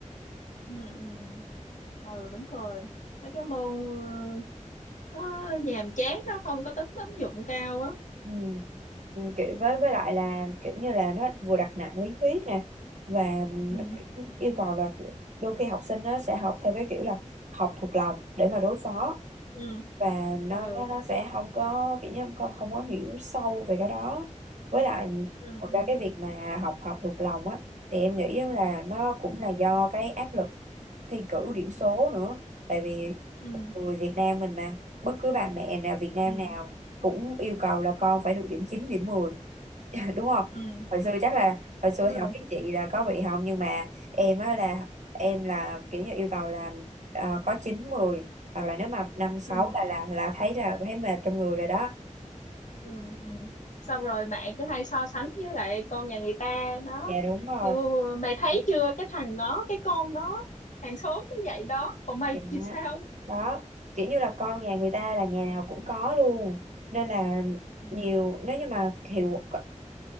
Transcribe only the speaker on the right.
ừ. Ừ, kiểu với với lại là kiểu như là nó vừa đặt nặng lý thuyết nè và nó
yêu cầu là đôi khi học sinh nó sẽ học theo cái kiểu là học thuộc lòng để mà đối phó
và nó
nó nó sẽ không có kiểu như con không có hiểu sâu về cái đó với lại
thật
ra cái việc mà học học thuộc lòng á thì em nghĩ á là nó cũng là do cái áp lực thi cử điểm số nữa tại vì
người Việt Nam mình mà bất cứ bà mẹ nào Việt Nam
nào cũng yêu cầu là con phải được điểm 9 điểm mười <laughs> đúng không
hồi xưa chắc là hồi xưa
thì không biết chị là có bị không nhưng mà em á là em là kiểu như yêu cầu là ờ, có chín mười hoặc là nếu mà năm sáu
là là là thấy là thấy mệt trong người rồi đó
dạ đúng rồi
dạ,
dạ.
đó kiểu như là con nhà người ta là nhà nào cũng có luôn nên là
nhiều nếu như mà hiệu